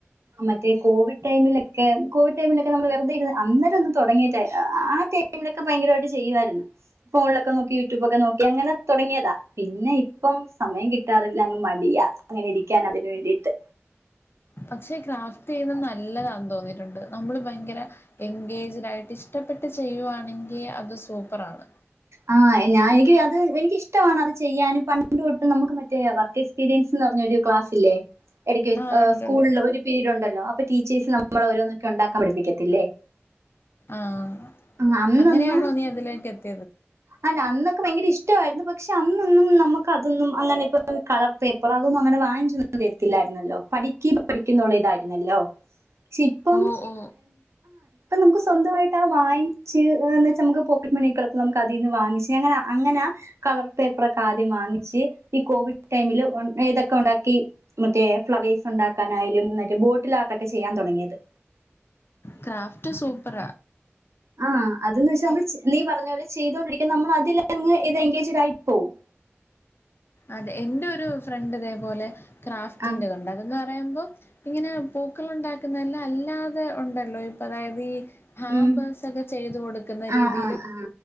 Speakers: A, on the right (about 85°); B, on the left (about 55°).
A: മറ്റേ കോവിഡ് ടൈമിലൊക്കെ കോവിഡ് ടൈമിലൊക്കെ നമ്മള് വെറുതെ അന്നരം ഒന്നന്ന് തുടങ്ങിയിട്ട ആ ടൈമിലൊക്കെ ഭയങ്കരമായിട്ട് ചെയ്യുായിരുന്നു ഫോണിലൊക്കെ നോക്കി യൂട്യൂബ ഒക്കെ നോക്കി അങ്ങനെ തുടങ്ങിയതാ പിന്നെ ഇപ്പം സമയം കിട്ടാറില്ല അങ്ങ് മടിയാ അങ്ങനെ ഇരിക്കൻ അതിന് വേണ്ടിട്ട്
B: പക്ഷെ ക്രാഫ്റ്റ് ചെയ്യുന്നത് നല്ലതാണ് തോന്നിയിട്ടുണ്ട് നമ്മൾ ഭയങ്കര എൻഗേജഡ് ആയിട്ട് ഇഷ്ടപ്പെട്ട് ചെയ്യുവാണെങ്കിൽ അത് സൂപ്പറാണ്
A: ആഹ ഞാൻ എനിക്ക് അത് എനിിക്ക ഇഷ്ടമാണ് അത് ചെയ്യാനും പണ്ട തൊട്ടും നമുക്ക് മറ്റേ വർ പറഞ്ഞൊ ക്ലാസ്സല്ലേ എ
B: ആഹ് ഉണ്ടുണ്ട്
A: സ്കൂളിൽ ഒരു പീരീഡ് ഉണ്ടല്ലോ അപ്പൊ ടീച്ചേഴ്സ് നമ്മള ഓരോന്നൊക്കെ ഉണ്ടാക്കാൻ പഠിപ്പിക്കത്തില്ലേ
B: ആഹ
A: ആഹ് അന്നൊന്നും
B: അങ്ങനെയാണോ നീ അതിലേക്ക് എത്തി
A: അല്ല അന്നൊക്കെ ഭയങ്കര ഇഷ്ടമായിരുന്നു പക്ഷെ അന്ന്
B: ആ
A: നമു അതൊന്നും അങ്ങനെ ഇ കളർ പേപ്പർ അതൊന്നും അങ്ങനെ വാങ്ങിച്ചൊന്ന തരല്ലായിുന്നല്ലോ പഠിക്ക പഠിക്ക ല്ലോപ്പ
B: ഓ ഓ
A: നു സ്വന്ത വെച്ച നുക്ക് പോക്കറ്റ് മണൊ ന കതിന്ന് വാങ്ങിച്ച് അങ്ങനെ അങ്ങനെ കളർ പേപ്പർക്കെ ആദ്യം വാങ്ങിച്ച് ഈ കോവിഡ് ടൈമില് ഇതൊക്കെ ഉണ്ടാക്കി മറ്റേ ഫ്ലവേഴ്സ് ഉണ്ടാക്കാനായാലും മറ്റേ ബോട്ടിൽാർട്ടൊക്കെ ചെയ്യാൻ തുടങ്ങിയത്
B: ക്രാഫറ്റ് സൂപ്പറ
A: ആഹ് അതന്ന് വെച്ചാ നമ്മ നീ പറഞ്ഞ പോലെ ചെയ്തോണ്ടിരിക്ക നമ്മ ഇതിൽ അങ്ങ് ഇത് എൻഗേജഡ് ആയി പോവും
B: അതെ എൻ്റെ ഒരു ഫ്രണ്ട് ഇതേപോലെ ക്രാഫ്റ്റിൻ്റെ
A: ആ
B: കൊണ്ട് അതൊ പറയുമ്പോ ഇങ്ങനെ പൂക്കള ഉണ്ടാക്കുന്നതെല്ലാം അല്ലാതെ ഉണ്ടല്ലോ ഇപ്പൊ അതായത് ഈ ഹബേസ്
A: ഉം,
B: ഒക്കെ ചെയ്തു കൊടുക്കുന്ന
A: ആ
B: രീതിൽ
A: ആ ആ